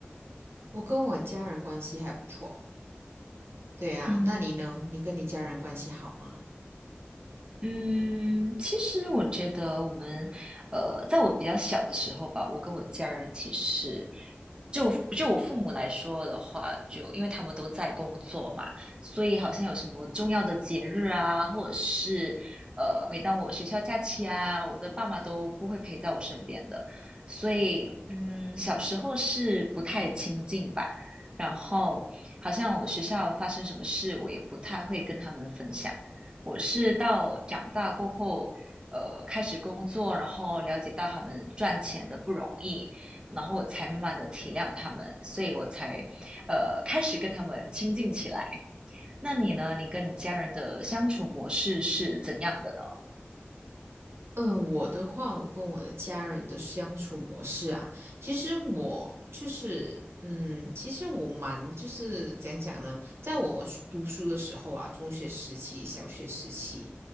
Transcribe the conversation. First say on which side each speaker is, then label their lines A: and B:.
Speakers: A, on the right; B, on the right.
A: 我跟我家人关系还不错，对啊，
B: 嗯。
A: 那你呢？你跟你家人关系好吗？
B: 嗯，其实我觉得我们，呃，在我比较小的时候吧，我跟我家人其实，就我就我父母来说的话，就因为他们都在工作嘛，所以好像有什么重要的节日啊，或者是呃，每当我学校假期啊，我的爸妈都不会陪在我身边的，所以嗯，小时候是不太亲近吧，然后好像我学校发生什么事，我也不太会跟他们分享。我是到长大过后，呃，开始工作，然后了解到他们赚钱的不容易，然后我才慢慢的体谅他们，所以我才，呃，开始跟他们亲近起来。那你呢？你跟你家人的相处模式是怎样的呢？
A: 嗯，我的话，我跟我的家人的相处模式啊，其实我就是，嗯，其实我蛮就是讲讲呢，在我是读书的时候啊，中学时期、小学时期，